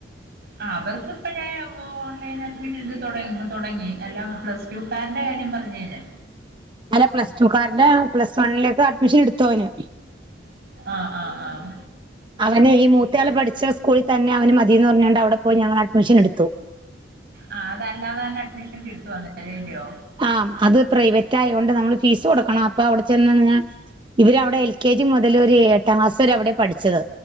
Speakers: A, on the right (about 60°); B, on the right (about 25°).
A: ആഹ് അവർക്ക്പ്പ ഞാൻ ഓ ഓൺലൈൻ അഡ്മിഷന്ട്ത്ത് തൊടങ് തൊടങ്ങി എല്ലാം പ്ലസ് ട്ടാന്റെ കാര്യം പറഞ്ഞേ ഞാൻ
B: അല്ല പ്ലസ്ടുക്കാര്ടെ പ്ലസ് വണ്ണിലേക്ക് അഡ്മിഷന്ട്ത്തൂ അവന്
A: ആഹ് ആഹ് ആഹ്
B: അവന് ഈ മൂത്തയാൾ പഠിച്ച സ്കൂളിൽ തന്നെ അവന് മതീന്ന് പറ്ഞ്ഞോണ്ട് അവിടെ പോയി ഞങ്ങൾ അഡ്മിഷന്ട്ത്തു.
A: ആഹ് അതല്ലാതവൻ അഡ്മിഷൻ കിട്ടോ <unintelligible>
B: ആഹ് അത് പ്രൈവറ്റായോണ്ട് നമ്മള് ഫീസ് കൊടുക്കണം. അപ്പൊ അവിടെ ച്ചെന്ന് <unintelligible> ഇവരവിടെ എൽ കെ ജി മുതൽ ഒരു എട്ടാം ക്ലാസ് വരെ അവിടെ പഠിച്ചത്.